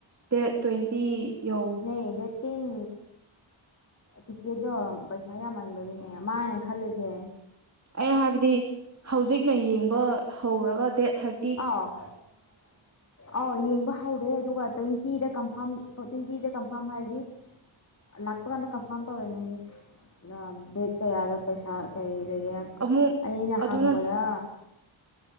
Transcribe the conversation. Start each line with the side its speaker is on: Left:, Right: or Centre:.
Right: ꯗꯦꯠ ꯇ꯭ꯋꯦꯟꯇꯤ ꯌꯧ
Left: ꯅꯩ ꯗꯦꯠ ꯇꯤꯟ ꯆꯤꯆꯦꯗꯣ ꯄꯩꯁꯥ ꯌꯥꯝꯃꯟꯕꯒꯤꯅꯦ ꯃꯥꯅ ꯈꯜꯂꯤꯁꯦ
Right: ꯑꯩꯅ ꯍꯥꯏꯕꯗꯤ ꯍꯧꯖꯤꯛꯅ ꯌꯦꯡꯕ ꯍꯧꯔꯒ ꯗꯦꯠ ꯊꯥꯔ
Left: ꯑꯥꯎ ꯑꯥꯎ ꯌꯦꯡꯕ ꯍꯧꯔꯦ ꯑꯗꯨꯒ ꯇ꯭ꯋꯦꯟ ꯇꯤꯗ ꯀꯟꯐꯥ꯭ꯔꯝ ꯇ꯭ꯋꯦꯟꯇꯤꯗ ꯀꯟꯐꯥꯝ ꯍꯥꯏꯔꯗꯤ ꯂꯥꯛꯄ ꯀꯥꯟꯗ ꯀꯟꯐꯥ꯭ꯔꯝ ꯇꯧꯔꯅꯤ <unintelligible> ꯗꯦꯠ ꯀꯌꯥꯗ ꯄꯩꯁꯥ ꯀꯩ ꯂꯩꯒꯦ
Right: ꯑꯃꯨꯛ
Left: ꯑꯩꯅ
Right: ꯑꯗꯨꯅ
Left: ꯍꯪꯕꯗ